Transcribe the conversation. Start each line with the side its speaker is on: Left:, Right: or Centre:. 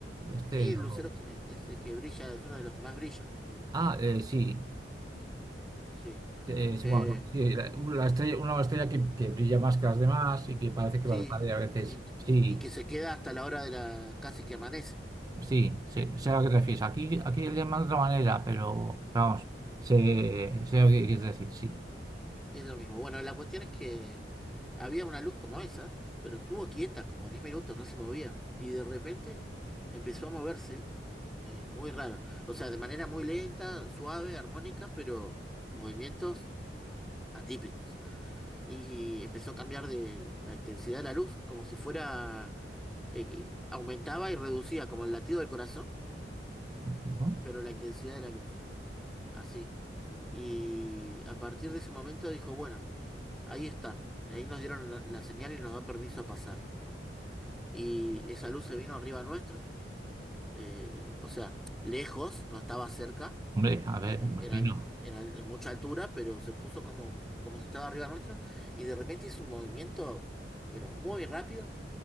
Right: este.
Centre: Sí, el
Right: o-
Centre: lucero que, ese que brilla es uno de los que más brilla.
Right: Ah, eh, sí.
Centre: Sí,
Right: Eh, sí,
Centre: Eh,
Right: bueno, no, sí, la, la estrella, una estrella que, que brilla más que las demás y que parece
Centre: sí,
Right: que parpadea a veces.
Centre: y,
Right: Sí.
Centre: y que se queda hasta la hora de la, casi que amanece.
Right: Sí, sé, sé a lo que te refieres. Aquí, aquí le llaman de otra manera, pero vamos, sé, sé lo que quieres decir, sí.
Centre: Es lo mismo. Bueno, la cuestión es que Había una luz como esas, pero estuvo quieta como 10 minutos, no se movía. Y de repente empezó a moverse, eh, muy rara. O sea, de manera muy lenta, suave, armónica, pero movimientos atípicos. Y empezó a cambiar de la intensidad de la luz, como si fuera, eh, aumentaba y reducía, como el latido del corazón,
Right: Ujú.
Centre: pero la intensidad de la luz. Así. Y a partir de ese momento dijo, bueno, ahí está. Ahí nos dieron la, la señal y nos dan permiso a pasar. y esa luz se vino arriba nuestro, eh, o sea, lejos, no estaba cerca,
Right: Hombre, a ver,
Centre: eh,
Right: imagino.
Centre: en, al- en al- en mucha altura, pero se puso como, como si estaba arriba nuestro, y de repente hizo un movimiento, pero muy rápido,